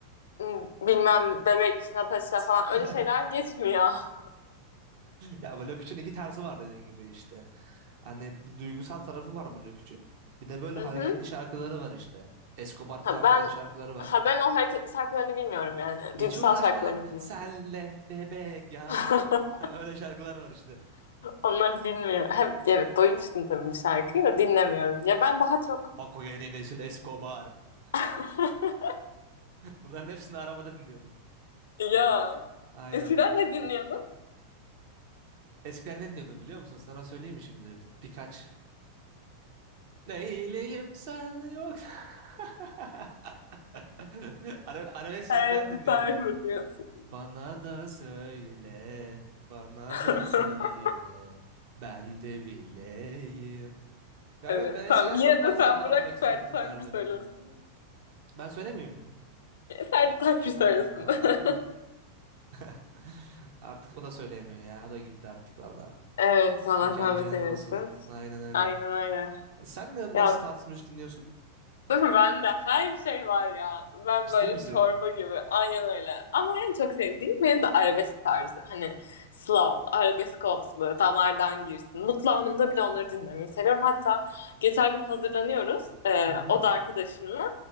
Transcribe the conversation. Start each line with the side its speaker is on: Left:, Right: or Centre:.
Left: m, bilmem bebek, Natasha falan
Right: <laughs>
Left: öyle şeyler geçmiyor. <laughs>
Right: Ya bu için iki tarzı var dediğin gibi işte. Hani bir duygusal tarafı var bu için. Bir de böyle
Left: Hı
Right: hareketli
Left: hı.
Right: şarkıları var işte. Escobar falan
Left: Ha, ben
Right: filan şarkıları var.
Left: ha ben o hareketli şarkılarını bilmiyorum yani.
Right: Hiç
Left: Duygusal
Right: uğraşmam
Left: şarkılarını biliyorum.
Right: senle bebek ya.
Left: <laughs>
Right: <laughs> Öyle şarkılar var işte.
Left: Onları bilmiyorum. Hem, evet doymuştum tabii bu şarkıyı
Right: Ha.
Left: da dinlemiyorum. Ya ben daha çok
Right: Hako yeni nesil Escobar. <laughs>
Left: <laughs>
Right: Bunların hepsini arabada dinliyorum.
Left: ya
Right: Aynen.
Left: eskiden ne dinliyordun?
Right: Eskiden ne dinliyordum biliyor musun? Sana söyleyeyim mi şimdi? Bir- birkaç. Neyleyim sen yok. <laughs> <laughs> Ara- Arabesk şarkılar
Left: Her bir
Right: dinliyordum
Left: sayfa
Right: ben.
Left: diyorsun.
Right: Bana da söyle, bana
Left: <laughs>
Right: da söyle, ben de bileyim. Ya
Left: Evet.
Right: evet ben
Left: Tamam.
Right: eskiden
Left: Yine
Right: çok fazla
Left: de sen
Right: arabesk
Left: bırak Ferdi
Right: rap dinlerdim.
Left: Tayfur söylesin.
Right: Ben söylemeyeyim mi?
Left: E, Ferdi Tayfur
Right: Ha,
Left: söylesin.
Right: ha.
Left: <laughs>
Right: <laughs> Artık o da söyleyemiyor ya. O da gitti artık valla.
Left: Evet Allah
Right: Mekan
Left: rahmet
Right: cennet
Left: eylesin.
Right: olsun. Aynen öyle.
Left: Aynen öyle.
Right: Sen ne,
Left: Ya
Right: nasıl tarz müzik dinliyorsun?
Left: değil mi? Bende her şey var ya. Ben
Right: Ciddi
Left: böyle
Right: misin?
Left: çorba gibi. Aynen öyle. Ama en çok sevdiğim benim de arabesk tarzı. Hani Slav, arabesk olsun böyle damardan girsin. Mutlu anımda bile onları dinlemeyi seviyorum. Hatta geçen gün hazırlanıyoruz. Ee,
Right: Hı hı.
Left: o da arkadaşımla.